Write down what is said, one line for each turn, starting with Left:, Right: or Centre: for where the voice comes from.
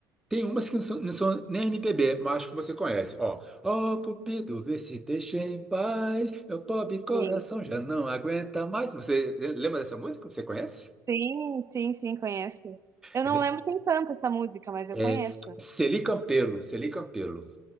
Centre: tem umas que não são, não são nem MPB, mas acho que você conhece. Ó, ó, Cupido, vê se deixa em paz, meu pobre coração
Right: gostei.
Centre: já não aguenta mais. Você lembra dessa música? Você conhece?
Right: Sim, sim, sim, conheço. Eu
Centre: É,
Right: não lembro quem canta essa música, mas eu
Centre: é
Right: conheço.
Centre: Celi Campelo, Celi Campelo.